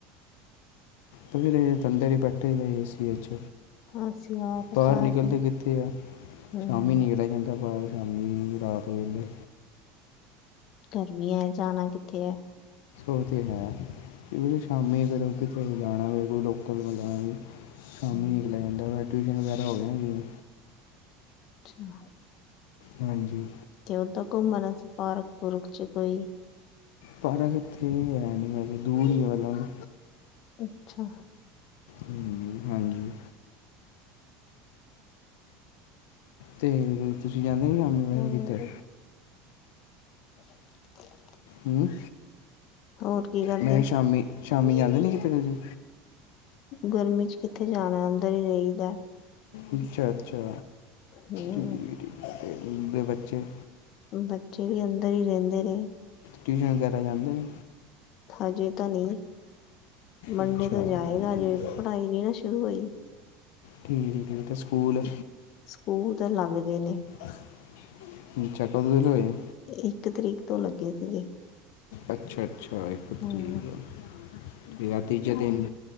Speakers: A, on the left (about 80°); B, on the left (about 45°).
A: ਫਿਰ <unintelligible> ਅੰਦਰ ਈ ਬੈਠੇ ਦਾ ਏਸੀ ਵਿੱਚ।
B: ਅਸੀਂ ਆਪ
A: ਬਾਹਰ
B: ਸਾਰ
A: ਨਿਕਲਦੇ ਕਿੱਥੇ ਆ
B: ਹਮ
A: ਸ਼ਾਮੀ ਨਿਕਲਿਆ ਜਾਂਦਾ ਬਾਹਰ। ਸ਼ਾਮੀ ਰਾਤ ਵੇਲੇ।
B: ਗਰਮੀ ਐ ਜਾਣਾ ਕਿੱਥੇ ਐ।
A: ਓ ਤੇ ਹੈ ਹੁਨ ਸ਼ਾਮੀ ਫਿਰ ਕਿਤੇ ਜਾਣਾ ਹੋਵੇ ਕੋਈ ਲੋਕਲ ਜਾਣਾ ਹੋਵੇ। ਸ਼ਾਮੀ
B: ਅੱਛਾ
A: ਹੀ ਨਿਕਲਿਆ ਜਾਂਦਾ ਵਾਂ ਟਿਊਸ਼ਨ ਵਗੈਰਾ ਹੋਵੇ ਨਾ ਜਿਵੇਂ।
B: ਅੱਛਾ।
A: ਹਾਂਜੀ।
B: ਤੇ ਓਦਾਂ ਘੁੰਮਣ ਵਾਸਤੇ ਪਾਰਕ ਪੂਰਕ ਚ ਕੋਈ।
A: ਪਾਰਕ ਇੱਥੇ ਹੈ ਨੀ ਗਾ ਦੂਰ ਈ ਐ ਮਤਲਬ।
B: ਅੱਛਾ।
A: ਹੂੰ, ਹਾਂਜੀ। ਤੇ ਤੁਸੀਂ ਜਾਂਦੇ ਨੀ ਸ਼ਾਮੀ ਵੈਸੇ
B: ਹੋਰ
A: ਕਿਤੇ।
B: <inaudible>
A: ਹੂੰ,
B: ਹੋਰ ਕੀ ਕਰਦੇ
A: ਮੈਂ ਕਿਆ ਸ਼ਾਮੀ, ਸ਼ਾਮੀ ਜਾਂਦਾ ਨੀ ਕਿਤੇ ਤੁਸੀਂ।
B: ਗਰਮੀ ਚ ਕਿੱਥੇ ਜਾਣਾ ਅੰਦਰ ਈ ਰਹੀ ਦਾ।
A: ਅੱਛਾ, ਅੱਛਾ।
B: ਹੂੰ।
A: ਓਦੇ ਬੱਚੇ
B: ਬੱਚੇ ਵੀ ਅੰਦਰ ਈ ਰੈਂਦੇ ਨੇ।
A: ਟਿਊਸ਼ਨ ਵਗੈਰਾ ਜਾਂਦੇ ਨੇ।
B: ਹਜੇ ਤਾਂ ਨੀ ਮੰਡੇ
A: ਅੱਛਾ
B: ਤੋਂ ਜਾਏਗਾ
A: ਠੀਕ
B: ਹਜੇ ਪੜ੍ਹਾਈ ਨੀ ਨਾ ਸ਼ੁਰੂ ਹੋਈ।
A: ਠੀਕ ਐ ਤੇ ਸਕੂਲ
B: ਸਕੂਲ ਤੇ ਲੱਗਦੇ ਨੇ।
A: ਅੱਛਾ, ਕਦੋ ਵੇਹਲੇ ਹੋਏ ਆ।
B: ਇੱਕ ਤਰੀਕ ਤੋਂ ਲੱਗੇ ਸੀਗੇ।
A: ਅੱਛਾ, ਅੱਛਾ ਇੱਕ ਤਰੀਕ
B: ਹੋ
A: ਮੇਰਾ ਤੀਜੇ ਦਿਨ